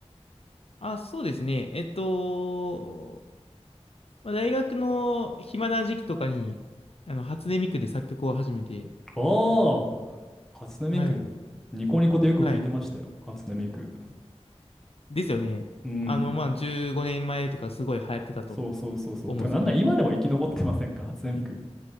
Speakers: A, on the left (about 60°); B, in the centre.
A: あ、そうですね。えっと、まあ、大学の暇な時期とかに、あの、初音ミクで作曲を始めて、
B: ああ、初音ミク。
A: はい。
B: ニコニコでよく聞いてましたよ。
A: はい。
B: 初音ミク。
A: ですよね。
B: うん。
A: あの、まあ、15年前とかすごい流行ってたと
B: そうそうそうそう。
A: 思うんですけど。
B: てか、なんなら今でも生き残ってませんか初音ミク。